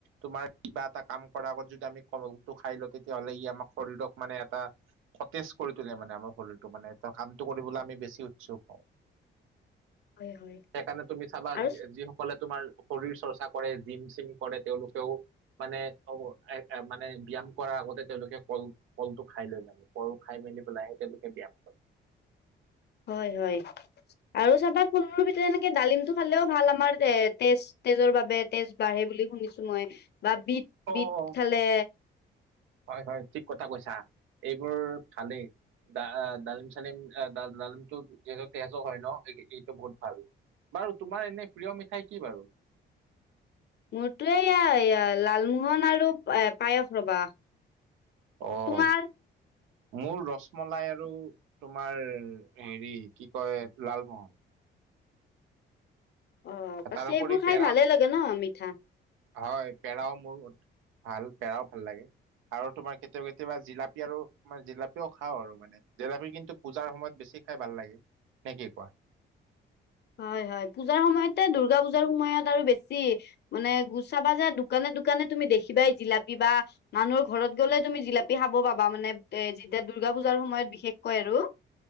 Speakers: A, on the right; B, on the left.
A: তোমাৰ কিবা এটা কাম কৰাৰ আগত যদি আমি কলটো খাই লওঁ, তেতিয়া হ'লে ই আমাৰ শৰীৰক মানে এটা সতেজ কৰি তোলে মানে আমাৰ শৰীৰটো মানে কামটো কৰিবলৈ আমি বেছি উৎসুক হওঁ।
B: হয়, হয়।
A: সেইকাৰণে তুমি চাবা,
B: আৰু
A: যিসকলে তোমাৰ শৰীৰ চৰ্চা কৰে, জিম-চিম কৰে। তেওঁলোকেও মানে অ, মানে ব্যয়াম কৰাৰ আগতে তেওঁলোকে কল কলটো খাই লয় মানে। কল খাই মেলি পেলাইহে তেওঁলোকে ব্যায়াম কৰে।
B: হয়, হয়, আৰু চাবা ফল-মূলৰ ভিতৰত এনেকে ডালিমটো খালেও ভাল। আমাৰ তেজ তেজৰ বাবে তেজ বাঢ়ে বুলি শুনিছো মই বা বিত,
A: অ
B: বিত
A: অ
B: খালে।
A: হয়, হয় ঠিক কথা কৈছা, এইবোৰ ভালেই। ডা-ডালিম-চালিম ডালিমটো যিহেতু তেজো হয় ন' এইটো বহুত ভাল। বাৰু তোমাৰ এনেই প্ৰিয় মিঠাই কি বাৰু?
B: মোৰতো এয়া লালমোহন আৰু পায়স ৰ'বা।
A: অ',
B: তোমাৰ
A: মোৰ ৰছমলাই আৰু তোমাৰ হেৰি কি কয়? লালমোহন।
B: অ, পাছে
A: তাৰোপৰি
B: এইবোৰ খাই
A: পেৰা
B: ভালেই লাগে ন' মিঠা।
A: হয়। পেৰাও মোৰ ভাল পেৰাও ভাল লাগে। আৰু তোমাৰ কেতিয়াবা, কেতিয়াবা জিলাপি আৰু জিলাপিও খাও আৰু মানে। জেলেপী কিন্তু পুজাৰ সময়ত বেছি খাই ভাল লাগে। নে কি কোৱা?
B: হয়, হয়। পূজাৰ সময়তে দুৰ্গা পূজাৰ সময়ত আৰু বেছি। মানে গুচাবা যে দোকানে, দোকানে তুমি দেখিবা জিলাপি বা মানুহৰ ঘৰত গ'লেই তুমি জিলাপি খাব পাবা মানে এ যেতিয়া দৰ্গা পূজাৰ সময়ত বিশেষকৈ আৰু।